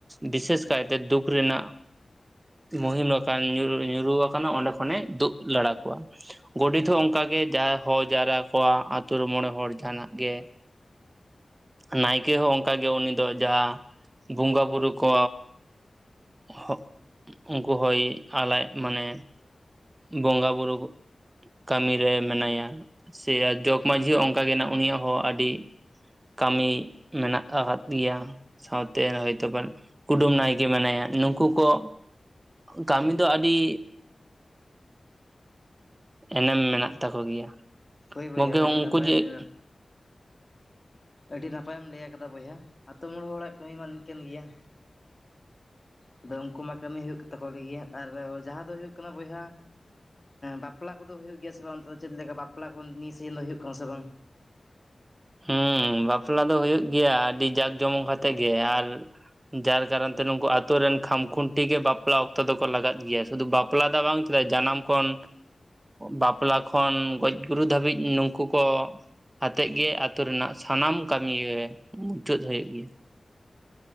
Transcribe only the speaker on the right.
ᱵᱤᱥᱮᱥ ᱠᱟᱭᱛᱮ ᱫᱩᱠ ᱨᱮᱱᱟᱜ ᱢᱩᱦᱤᱢ ᱟᱠᱟᱱ ᱧᱩ ᱧᱩᱨᱩ ᱟᱠᱟᱱᱟ ᱚᱸᱰᱮ ᱠᱷᱚᱱᱮ ᱫᱩᱜ ᱞᱟᱲᱟ ᱠᱚᱣᱟ᱾ ᱜᱚᱰᱮᱛ ᱦᱚᱸ ᱚᱱᱠᱟ ᱜᱮ ᱡᱟ ᱦᱚ ᱡᱟᱣᱨᱟ ᱠᱚᱣᱟ ᱟᱛᱳ ᱨᱮ ᱢᱚᱬᱮ ᱦᱚᱲ ᱡᱟᱦᱟᱱᱟᱜ ᱜᱮ ᱱᱟᱭᱠᱮ ᱦᱚᱸ ᱚᱱᱠᱟᱜ ᱜᱮ ᱩᱱᱤ ᱫᱚ ᱡᱟ ᱵᱚᱸᱜᱟ ᱵᱩᱨᱩ ᱠᱚ, ᱦᱚᱜ ᱩᱱᱠᱩ ᱦᱚᱭ ᱟᱞᱟᱡ ᱢᱟᱱᱮ ᱵᱚᱸᱜᱟ ᱵᱩᱨᱩ ᱠᱚ ᱠᱟᱹᱢᱤ ᱨᱮ ᱢᱮᱱᱟᱭᱟ ᱥᱮ ᱡᱚᱜᱽ ᱢᱟᱺᱡᱷᱤ ᱦᱚᱸ ᱚᱱᱠᱟ ᱜᱮ ᱱᱟᱜ ᱩᱱᱤᱭᱟᱜ ᱦᱚᱸ ᱟᱹᱰᱤ ᱠᱟᱹᱢᱤ ᱢᱮᱱᱟᱜ ᱟᱠᱟᱫ ᱜᱮᱭᱟ ᱥᱟᱶᱛᱮ ᱦᱚᱭᱛᱚ <inaudible> ᱠᱩᱰᱟᱹᱢ ᱱᱟᱭᱠᱮ ᱢᱮᱱᱟᱭᱟ, ᱱᱩᱠᱩ ᱠᱚ ᱠᱟᱢᱤ ᱫᱚ ᱟᱹᱰᱤ ᱮᱱᱮᱢ ᱢᱮᱱᱟᱜ ᱛᱟᱠᱚ ᱜᱮᱭᱟ᱾
ᱜᱚᱝᱠᱮ ᱩᱱᱠᱩ
ᱡᱮ
ᱦᱮᱸ ᱵᱟᱯᱞᱟ ᱫᱚ ᱦᱩᱭᱩᱜ ᱜᱮᱭᱟ ᱟᱹᱰᱤ ᱡᱟᱠ ᱡᱚᱢᱚᱠ ᱠᱟᱛᱮᱫ ᱜᱮ ᱟᱨ ᱡᱟᱨ ᱠᱟᱨᱚᱱ ᱛᱮ ᱱᱩᱠᱩ ᱟᱹᱛᱩ ᱨᱮᱱ ᱠᱷᱟᱡ ᱠᱷᱩᱱᱴᱤ ᱜᱮ ᱵᱟᱯᱞᱟ ᱚᱠᱛᱚ ᱫᱚᱠᱚ ᱞᱟᱜᱟᱜ ᱜᱮᱭᱟ ᱥᱩᱫᱷᱩ ᱵᱟᱯᱞᱟ, ᱯᱞᱟ ᱫᱚ ᱵᱟᱝ ᱪᱮᱫ ᱡᱟᱱᱟᱢ ᱠᱚᱱ ᱵᱟᱯᱞᱟ ᱠᱷᱚᱱ ᱜᱚᱡᱽ ᱜᱩᱨᱩ ᱫᱷᱟᱹᱵᱤᱡ ᱱᱩᱠᱩ ᱠᱚ ᱟᱛᱮᱜ ᱜᱮ ᱟᱹᱛᱩ ᱨᱮᱱᱟᱜ ᱥᱟᱱᱟᱢ ᱠᱟᱹᱢᱤᱭ ᱨᱮ ᱢᱩᱪᱟᱹᱫ ᱦᱩᱭᱩᱜ ᱜᱮᱭᱟ᱾